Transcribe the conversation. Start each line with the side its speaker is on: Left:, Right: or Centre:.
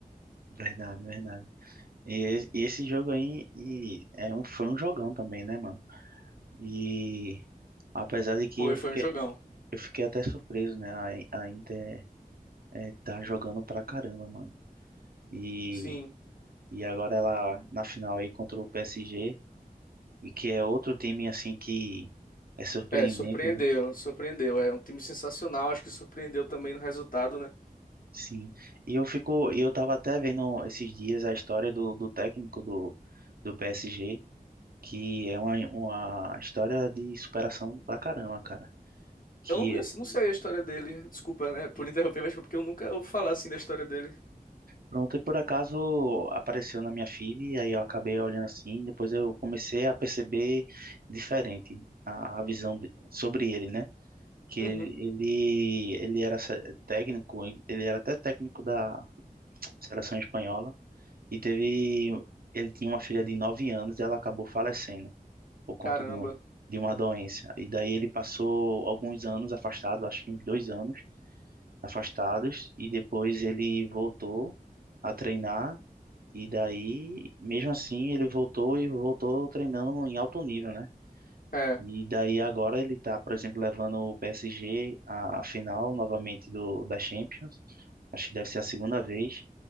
Right: Verdade, verdade. E, e- e esse jogo aí e é um, foi um jogão também, né, mano? E apesar de que
Left: Foi,
Right: eu fiquei,
Left: foi um jogão.
Right: eu fiquei até surpreso, né? A, a Inter é, tá jogando pra caramba, mano. E,
Left: Sim.
Right: e agora ela na final aí contra o PSG, e que é outro time assim que é surpreendente,
Left: É, surpreendeu,
Right: né?
Left: surpreendeu. É um time sensacional, acho que surpreendeu também no resultado, né?
Right: Sim. E eu fico, e eu tava até vendo esses dias a história do, do técnico do, do PSG que é uma, uma história de superação pra caramba, cara. Que
Left: Eu não conheço, não sei a história dele. Desculpa, né, por interromper, mas foi porque eu nunca ouvi falar assim da história dele.
Right: pronto, e por acaso apareceu na minha feed, aí eu acabei olhando assim, depois eu comecei a perceber diferente a, a visão de- sobre ele, né? Que
Left: Uhum.
Right: ele, ele, ele era se- técnico, ele era até técnico da seleção espanhola, e teve, ele tinha uma filha de 9 anos e ela acabou falecendo por conta
Left: Caramba.
Right: de uma, de uma doença. E daí ele passou alguns anos afastado, acho que uns dois anos, afastados e depois ele voltou a treinar e daí, mesmo assim, ele voltou e voltou treinando em alto nível, né?
Left: É,
Right: E daí agora ele tá, por exemplo, levando o PSG à final novamente do da Champions. Acho que deve ser a segunda vez